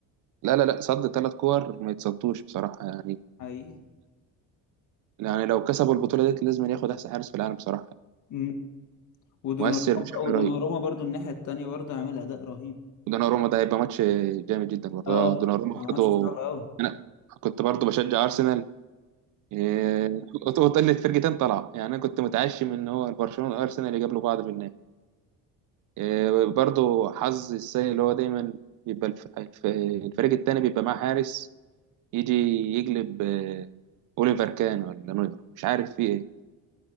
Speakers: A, on the right (about 55°); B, on the left (about 55°).
A: لا لا لا صد ثلاث كور ما يتصدوش بصراحة يعني
B: حقيقي
A: يعني لو كسبوا البطولة دي لازم ياخد أحسن حارس في العالم بصراحة
B: امم ودوناروما
A: مؤثر بشكل
B: ودوناروما
A: رهيب
B: برضو الناحية التانية برضو عامل أداء رهيب
A: ودوناروما ده هيبقى ماتش جامد جدا برضه
B: اه
A: آه، دوناروما
B: هو
A: برضه
B: ماتش صعب أوي
A: انا كنت برضه بشجع ارسنال إيه، وطلت <laughs> فرقتين طلعوا يعني انا كنت متعشم ان هو برشلونه وارسنال يقابلوا بعض في النهائي إيه، برضه حظ السيء اللي هو دايما بيبقى الف- الف- الفريق التاني بيبقى معاه حارس يجي يقلب آه، اوليفر كان ولا نوير مش عارف في ايه